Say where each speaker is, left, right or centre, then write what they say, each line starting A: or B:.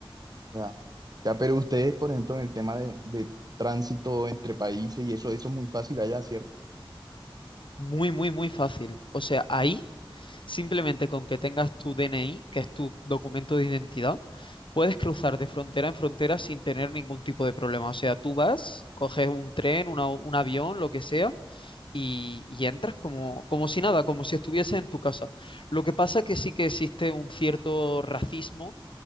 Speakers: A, on the right; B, on the left.
A: Ya. Ya, pero ustedes, por ejemplo, en el tema de, de tránsito entre países y eso, eso es muy fácil allá, ¿cierto?
B: Muy, muy, muy fácil. O sea, ahí simplemente con que tengas tu DNI, que es tu documento de identidad, puedes cruzar de frontera en frontera sin tener ningún tipo de problema. O sea, tú vas, coges un tren, una- un avión, lo que sea y, y entras como, como si nada, como si estuvieses en tu casa. Lo que pasa que sí que existe un cierto racismo